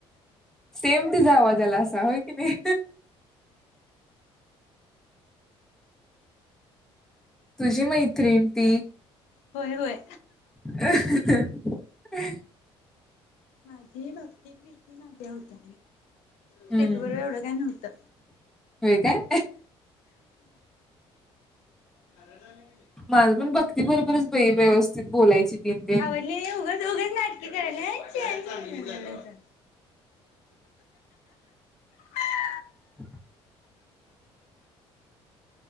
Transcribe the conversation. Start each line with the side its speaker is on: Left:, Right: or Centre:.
Centre: सेम तिचा आवाज आलाअसा. का होय की नई तुझी मैत्रीण ती
Left: होय होय.
Centre: <unintelligible> <inaudible>
Left: माझी भक्ती, प्रीती, आद्या होत्या.
Centre: हम्म
Left: स्टेप बरोबर एवढं काय नव्हतं
Centre: होय काय
Left: हा
Centre: माझ पण भक्ती बरोबरच बाई व्यवस्थित बोलायची. तीन तीन
Left: आवडली उघंच उघंच नाटकी करायला <unintelligible>
Centre: <inaudible>
Left: <unintelligible>